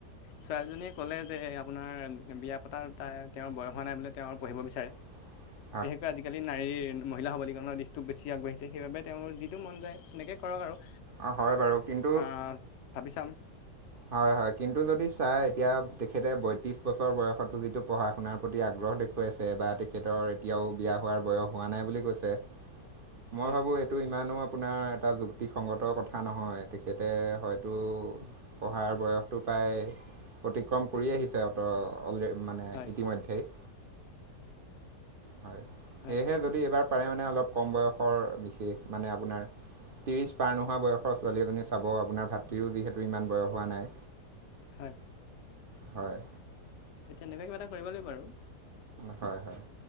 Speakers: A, on the left; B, on the right.
A: ছোৱালীজনীয়ে ক'লে যে আপোনাৰ বিয়া পতাৰ তাইৰ তেওঁৰ বয়স হোৱা নাই বোলে তেওঁ আৰু পঢ়িব বিছাৰে
B: <unintelligible>
A: <unintelligible> আজিকালি নাৰীৰ মহিলা সবলীকৰণৰ দিশটো বেছি আগবাঢ়িছে সেইবাবে তেওঁৰ যিটো মন যায় তেনেকে কৰক আৰু
B: অ হয় বাৰু কিন্তু
A: অ ভাবি চাম
B: হয়, হয় কিন্তু যদি চাই এতিয়া তেখেতে বয়ত্ৰিশ বছৰ বয়সতো যিটো পঢ়া আপোনাৰ প্ৰতি আগ্ৰহ দেখুৱাইছে বা তেখেতৰ এতিয়াও বিয়া হোৱাৰ বয়স হোৱা নাই বুলি কৈছে মই
A: হয়
B: ভাবোঁ এইটো ইমানো <unintelligible> আপোনাৰ এটা যুক্তিসংগতৰ কথা নহয় তেখেতে হয়তো পঢ়াৰ বয়সটো প্ৰায় অতিক্ৰম কৰি আহিছে <unintelligible> মানে
A: হয়
B: ইতিমধ্যেই হয়
A: হয়
B: সেয়েহে
A: হয়
B: যদি এবাৰ পাৰে মানে অলপ কম বয়সৰ বিশেষ মানে আপোনাৰ ত্ৰিছ পাৰ নোহোৱা বয়সৰ ছোৱালী এজনী চাব আপোনাৰ ভাতৃৰো যিহেতু ইমান বয়স হোৱা নাই
A: হয়
B: হয়
A: তেনেকুৱাই কিবা এটা কৰিব লাগিব আৰু
B: হয়, হয়